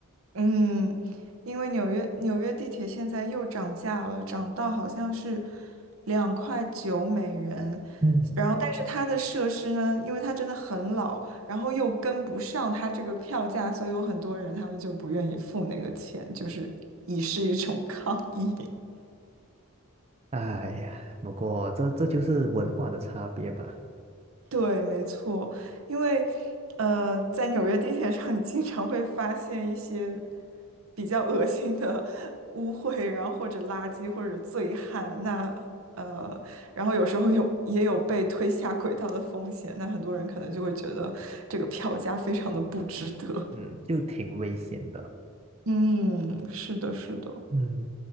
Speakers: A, on the right (about 75°); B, on the right (about 30°).
A: 嗯，因为纽约纽约地铁现在又涨价了，涨到好像是两块九美元。
B: 嗯。
A: 然后，但是它的设施呢，因为它真的很老，然后又跟不上它这个票价，所以有很多人他们就不愿意付那个钱，就是以示一种 <laughs> 抗议。
B: 哎呀，不过这这就是文化的差别吧，
A: 对，没错，因为呃，在纽约地铁上，你经常会发现一些比较恶心的 <laughs> 污秽，然后或者垃圾或者醉汉，那呃，然后有时候有也有被推下轨道的风险，那很多人可能就会觉得这个票价非常的不值得。
B: 嗯，就挺危险的。
A: <laughs> 嗯，是的，是的，
B: 嗯，